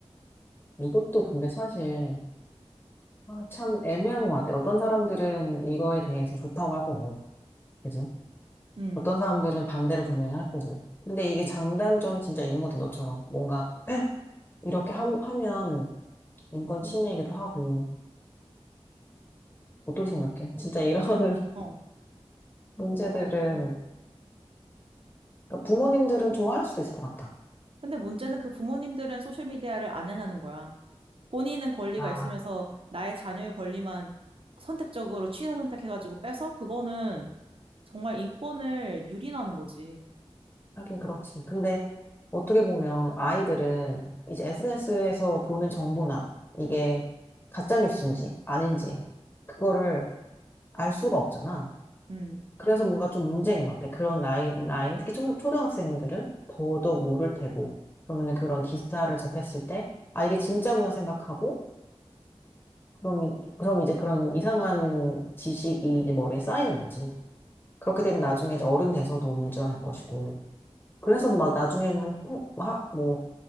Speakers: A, on the left (about 20°); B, on the right (about 55°).
A: 이것도 근데 사실 아, 참 애매한 것 같아. 어떤 사람들은 이거에 대해서 좋다고 할 거고, 그지?
B: 음.
A: 어떤 사람들은 반대를 분명히 할 거고. 근데 이게 장단점이 진짜 있는 것 같아, 너처럼. 뭔가 <clears throat> 이렇게 함- 하면 인권 침해이기도 하고. 어떻게 생각해? 진짜 이런 <laughs>
B: 어,
A: 문제들은
B: 어.
A: 그러니까 부모님들은 좋아할 수도 있을 것 같아.
B: 근데 문제는 그 부모님들은 소셜미디어를 안 하냐는 거야. 본인은 권리가
A: 아,
B: 있으면서 나의 자녀의 권리만 선택적으로 취사 선택해가지고 빼서 그거는 정말 인권을 유린하는 거지.
A: 하긴 그렇지. 근데 어떻게 보면 아이들은 이제 SNS에서 보는 정보나 이게 가짜 뉴스인지 아닌지 그거를 알 수가 없잖아.
B: 음.
A: 그래서 뭔가 좀 문제인 것 같아. 그런 나이, 나이는 특히 초, 초등학생들은 더더욱 모를 테고. 그러면 그런 기사를 접했을 때, 아, 이게 진짜구나 생각하고, 그럼, 이- 그럼 이제 그런 이상한 지식이 이제 머리에 쌓이는 거지. 그렇게 되면 나중에 이제 어른 돼서도 문제가 될 것이고. 그래서 막 나중에는 폭- 하- 뭐